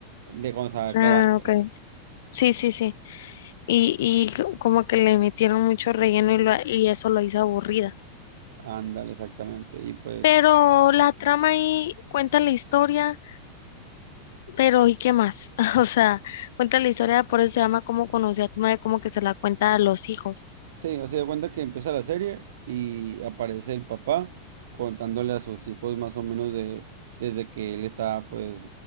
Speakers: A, on the right; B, on the left.
A: de cuando se acaba
B: Ah,
A: pues.
B: ok. Sí, sí, sí. Y, y co- como que le metieron mucho relleno y, lo- y eso lo hizo aburrida.
A: Ándale, exactamente. Y pues.
B: Pero la trama ahí cuenta la historia, pero ¿y qué más? <laughs> O sea, cuenta la historia, por eso se llama como conocí a tu madre, como que se la cuenta a los hijos.
A: Sí, o sea, de cuenta que empieza la serie y aparece el papá contándole a sus hijos más o menos de desde que él estaba pues